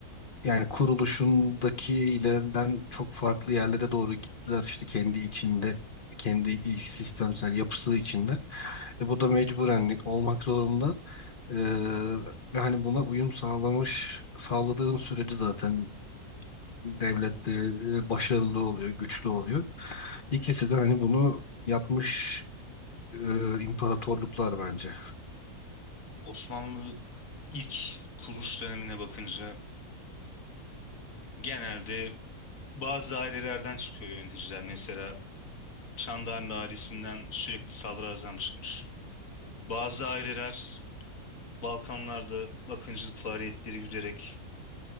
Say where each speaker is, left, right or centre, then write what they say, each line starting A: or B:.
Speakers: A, on the left (about 45°); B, on the left (about 60°).
A: yani kuruluşundakilerinden çok farklı yerlere doğru gittiler işte kendi içinde kendi iç sistemsel yapısı içinde. E bu da mecburen olmak zorunda. Ee, ve hani buna uyum sağlamış sağladığın sürece zaten devlette e, başarılı oluyor, güçlü oluyor. İkisi de hani bunu yapmış e, imparatorluklar bence.
B: Osmanlı ilk kuruluş dönemine bakınca genelde bazı ailelerden çıkıyor yöneticiler. Mesela Çandarlı ailesinden sürekli sadrazam çıkmış. Bazı aileler Balkanlarda akıncılık faaliyetleri güderek